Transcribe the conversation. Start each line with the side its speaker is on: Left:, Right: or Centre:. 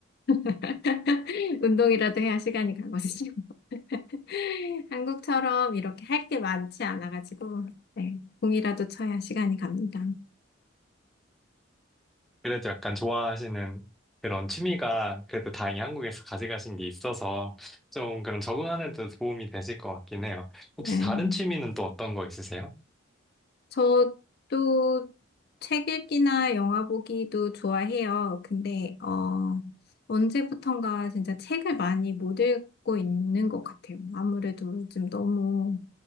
Left: <laughs> 운동이라도 해야 시간이 가거든요. <laughs> 한국처럼 이렇게 할 게 많지 않아가지고, 네, 공이라도 쳐야 시간이 갑니다.
Centre: 그래도 약간 좋아하시는 그런 취미가 그래도 다행히 한국에서 가져가신 게 있어서 좀 그런 적응하는 데 도움이 되실 것 같긴 해요.
Left: 네.
Centre: 혹시 다른 취미는 또 어떤 거 있으세요?
Left: 저도 책 읽기나 영화 보기도 좋아해요. 근데, 어, 언제부턴가 진짜 책을 많이 못 읽고 있는 것 같아요. 아무래도 요즘 너무